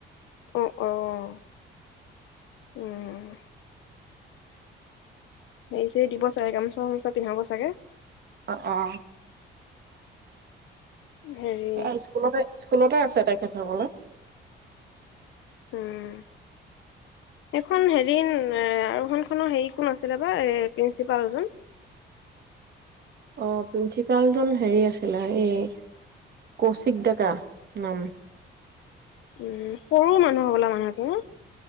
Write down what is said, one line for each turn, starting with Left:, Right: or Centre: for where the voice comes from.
Left: অঁ অঁ। উম। হেৰি চেৰী দিব চাগে গামোচা গামোচা পিন্ধাব চাগে?
Right: অ অ।
Left: হেৰি
Right: এয়া স্কুলতে স্কুলতে আছে তেখেত সকলে।
Left: উম, এইখন হেৰি আৰু খনখনৰ হেৰি কোন আছিলে বা এই প্ৰিন্সিপালজন?
Right: অ প্ৰিন্সিপালজন হেৰি আছিলে এই কৌশিক ডেকা নাম।
Left: <unintelligible>